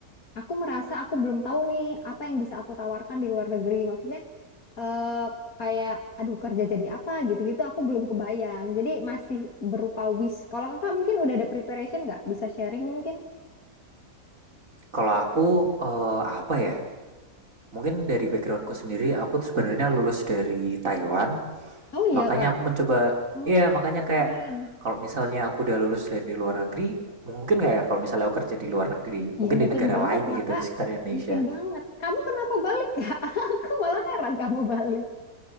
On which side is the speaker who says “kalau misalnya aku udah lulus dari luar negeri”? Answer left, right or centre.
Right